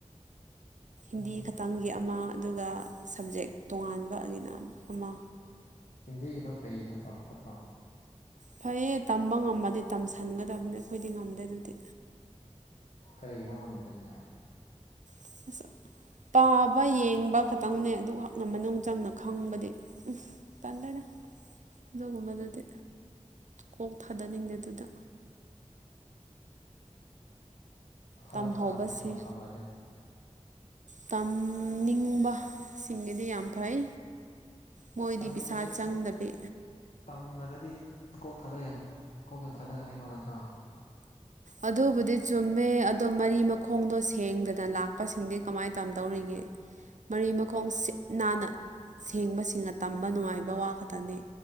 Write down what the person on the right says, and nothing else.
ꯍꯤꯟꯗꯤ ꯈꯛꯇꯪꯒꯤ ꯑꯃ ꯑꯗꯨꯒ ꯁꯕꯖꯦꯛ ꯇꯣꯉꯥꯟꯕ ꯒꯤꯅ ꯑꯃ
ꯐꯩꯌꯦ ꯇꯝꯕ ꯉꯝꯃꯗꯤ ꯇꯝꯁꯟꯒꯗꯕꯅꯦ ꯑꯩꯈꯣꯏꯗꯤ ꯉꯝꯗꯦ ꯑꯗꯨꯗꯤ
ꯑꯁ ꯁꯥ ꯇꯥꯕ ꯌꯦꯡꯕ ꯈꯛꯇꯪꯅꯦ ꯑꯗꯨ ꯍꯛꯅ ꯃꯅꯨꯡ ꯆꯪꯅ ꯈꯪꯕꯗꯤ ꯎꯝꯁ ꯇꯟꯂꯦꯗ ꯑꯗꯨꯒꯨꯝꯕꯗꯨꯗꯤ ꯀꯣꯛ ꯊꯥꯗꯅꯤꯡꯗꯦ ꯑꯗꯨꯗ
ꯇꯝꯍꯧꯕꯁꯤ
ꯇꯝꯅꯤꯡꯕꯁꯤꯡꯒꯤꯗꯤ ꯌꯥꯝ ꯐꯩ ꯃꯣꯏꯗꯤ
ꯄꯩꯁꯥ ꯆꯪꯗꯕꯤ
ꯑꯗꯨꯕꯨꯗꯤ ꯆꯨꯝꯃꯦ ꯑꯗꯣ ꯃꯔꯤ ꯃꯈꯣꯡꯗꯣ ꯁꯦꯡꯗꯅ ꯂꯥꯛꯄꯁꯤꯡꯗꯤ ꯀꯃꯥꯏ ꯇꯝꯗꯧꯔꯤꯒꯦ ꯃꯔꯤ ꯃꯈꯣꯡ ꯁꯤꯠ ꯅꯥꯟꯅ ꯁꯦꯡꯕꯁꯤꯡꯅ ꯇꯝꯕ ꯅꯨꯡꯉꯥꯏꯕ ꯋꯥ ꯈꯛꯇꯅꯦ